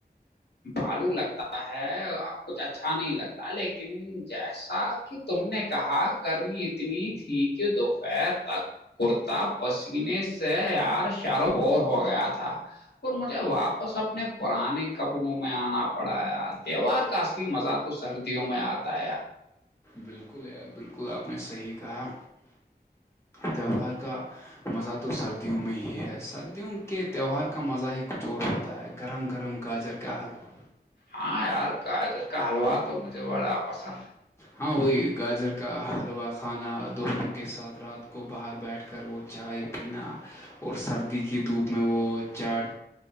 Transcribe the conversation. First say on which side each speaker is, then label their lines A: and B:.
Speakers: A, on the left; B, on the left.
A: بالو لگتا ہے کچھ اچھا نہیں لگتا لیکن جیسا کہ تم نے کہا گرمی اتنی تھی کہ دوپہر تک کورتا پسینے سے ار چاروں بور ہو گیا تھا اور مجھے واپس اپنے پرانے کپڑوں میں آنا پڑا ہے تہوار کا اصلی مزہ تو سردیوں میں آتا ہے
B: بالکل یار بالکل آپ نے صحیح کہا تہوار کا مزہ تو سردیوں میں ہی ہے سردیوں کے تہوار کا مزہ ہی کچھ اور ہوتا ہے گرم گرم گاجر کا حلوہ
A: ہاں یار گاجر کا حلوا تو مجھے بڑا پسند ہے
B: ہاں وہی گاجر کا حلوہ کھانا دوستوں کے ساتھ رات کو باہر بیٹھ کر کر وہ چائے پینا اور سردی کی دھوپ میں وہ چاٹ